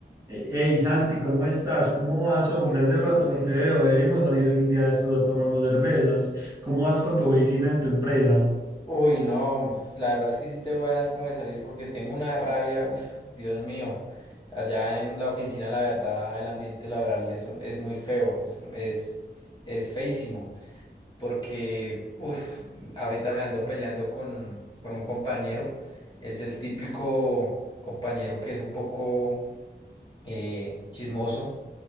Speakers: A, on the right (about 20°); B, on the left (about 25°).
A: Eh, Hey Santi, ¿cómo estás? ¿Cómo vas, hombre? Hace rato no te veo. Deberíamos salir un día de estos a tomarnos cervezas. ¿Cómo vas con tu oficina en tu empresa?
B: Uy, no, pues, la verdad es que sí tengo ganas como de salir porque tengo una rabia, uff, Dios mío. Allá en la oficina, la verdad, el ambiente laboral es, es muy feo, es, es, es feísimo, porque, uff, ahorita me ando peleando con, con un compañero, es el típico compañero que es un poco eh, chismoso